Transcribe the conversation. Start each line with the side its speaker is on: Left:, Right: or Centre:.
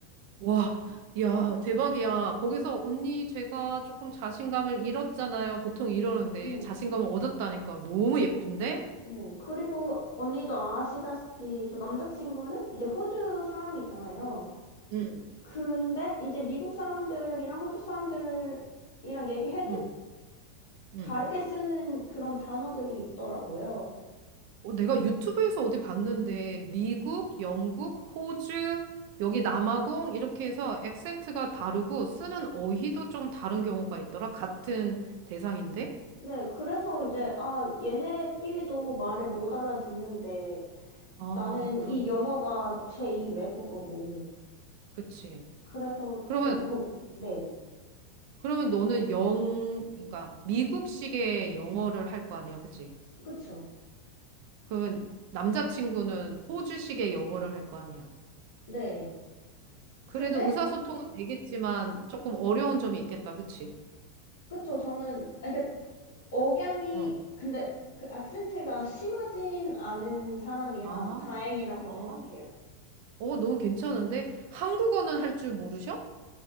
Right: 와, 야, 대박이야. 거기서 언니 제가 조금 자신감을 잃었잖아요. 보통 이러는데
Left: 네.
Right: 자신감을 얻었다니까 너무 예쁜데?
Left: 네. 그리고 언니도 아시다시피 저 남자친구는 이제 호주 사람이잖아요.
Right: 응,
Left: 근데 이제 미국 사람들이랑 호주 사람들이랑 얘기해도
Right: 응, 응.
Left: 다르게 쓰는 그런 단어들이 있더라고요.
Right: 어, 내가 유튜브에서 어디 봤는데 미국, 영국, 호주, 여기 남아공 이렇게 해서 액센트가 다르고 쓰는 어휘도 좀 다른 경우가 있더라. 같은 대상인데?
Left: 네, 그래서 이제, 아, 얘네끼리도 말을 못 알아듣는데
Right: 아,
Left: 나는
Right: 그렇지.
Left: 이 영어가 제2 외국어고.
Right: 그치.
Left: 그래서
Right: 그러면
Left: 저는 거기, 네,
Right: 그러면 너는 영, 그러니까 미국식의 영어를 할 거 아니야, 그치?
Left: 그쵸.
Right: 그러면 남자친구는 호주식의 영어를 할 거 아니야.
Left: 네.
Right: 그래도
Left: 근데,
Right: 의사소통은 되겠지만 조금 어려운 점이 있겠다, 그치?
Left: 그쵸, 저는, 아, 그, 억양이,
Right: 응.
Left: 근데 그 악센트가 심하진 않은 사람이라
Right: 아,
Left: 다행이라고
Right: 어,
Left: 생각해요.
Right: 어, 너무 괜찮은데? 한국어는 할 줄 모르셔?